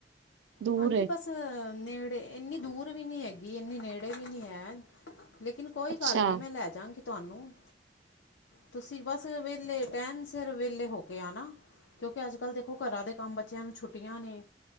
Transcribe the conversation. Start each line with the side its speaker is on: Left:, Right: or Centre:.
Right: ਦੂਰ
Left: ਹਾਂਜੀ
Right: ਏ
Left: ਬਸ ਨੇੜੇ ਇੰਨੀ ਦੂਰ ਵੀ ਨਹੀਂੀ ਹੈਗੀ ਇੰਨੀ ਨੇੜੇ ਵੀ ਨਹੀਂੀ ਹੈ ਲੇਕਿਨ ਕੋਈ
Right: ਅੱਛਾ
Left: ਗੱਲ ਨਹੀਂ ਮੈਂ ਲੈ ਜਾਵਾਂਗੀ ਤੁਹਾਨੂੰ ਤੁਸੀਂ ਬਸ ਵੇਹਲੇ ਟਹਿਣ ਸਿਰ ਵਿਹਲੇ ਹੋ ਕੇ ਆ ਨਾ ਕਿਉਂਕਿ ਅੱਜ ਕੱਲ੍ਹ ਦੇਖੋ ਘਰਾਂ ਦੇ ਕੰਮ ਬੱਚਿਆਂ ਨੂੰ ਛੁੱਟੀਆਂ ਨੇ